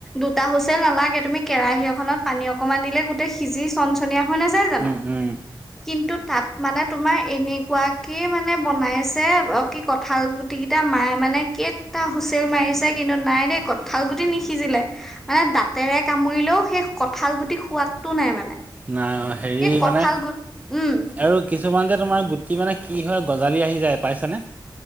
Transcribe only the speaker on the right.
উম উম
নাই অ', হেৰি
মানে,
আৰু কিছুমান যে তোমাৰ গুটি মানে কি হয় গজালি আহি যায় পাইছানে?